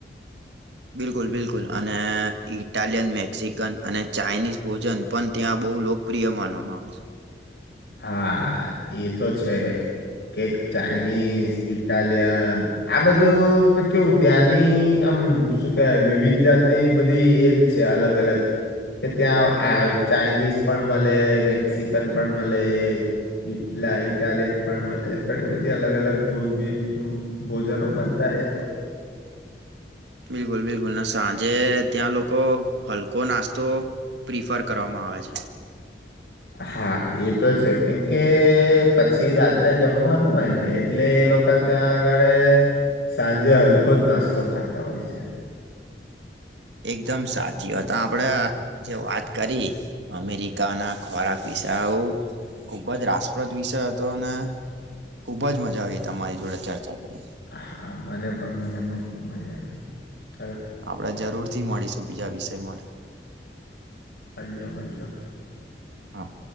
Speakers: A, on the right; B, on the left.
A: બિલકુલ બિલકુલ અને ઇટાલિયન મેક્સિકન અને ચાઇનીઝ ભોજન પણ ત્યાં બહુ લોકપ્રિય માનવામાં આવે
B: હા એ તો છે કે ચાઈનીઝ ઇટાલયન આ બધું તો કેવું ત્યાંની આમ શું કે વિવિધ જાતની બધી એજ છે અલ અલગ કે ત્યાં આ ચાઈનીઝ પણ મળે મેક્સિકન પણ મલે ઈટલા ઇટાલિયન પણ મળે ઘણી બધી અલગ અલગ મોહિત‌ ભોજનો મળતા તા હોય છે <inaudible>
A: બિલકુલ બિલકુલ ના સાંજે ત્યાં લોકો હલકો નાસ્તો પ્રિફર કરવામાં આવે છે
B: હા એ તો છે કેમકે પછી રાત્રે જમવાનું હોય ને એટલે લોકો ત્યાં આગળૈ સાંજે હલ્કો જ નાસ્તો ખાતા હોય છે
A: એકદમ સાચી હતા આપણેે જે વાત કરી અમેરિકાના ખોરાક વિ વિ આવું ખુબ જ રાસપ્રદ વિષય હતો અને ખુબજ મજા આવી તમારી જોડે ચર્ચા કરી
B: હા મને પણ મને પણ ખુબ મજા આવી ચલો
A: આપણેે જરૂરથી મળીશું બીજા વિષય માટે
B: અલજો અલજો
A: હા